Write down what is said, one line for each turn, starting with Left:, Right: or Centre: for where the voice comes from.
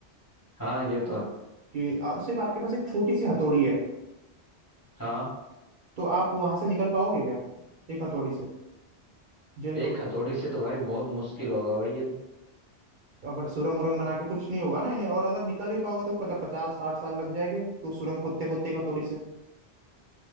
Left: हाँ ये तो है
Right: कि और सिर्फ आपके पास एक छोटी सी हथौड़ी है
Left: हाँ
Right: तो आप वहां से निकल पाओगे क्या एक हथौड़ी से जेल
Left: एक
Right: तो
Left: हथौड़ी से तो भाई बहुत मुश्किल होगा भाई ये तो
Right: अगर सुरंग उरंग बना के कुछ नहीं होगा ना इन्हें और अगर निकल भी पाओगे तो पता पचास साठ साल लग जाएंगे तो सुरंग खोदते खोदते एक हथौड़ी से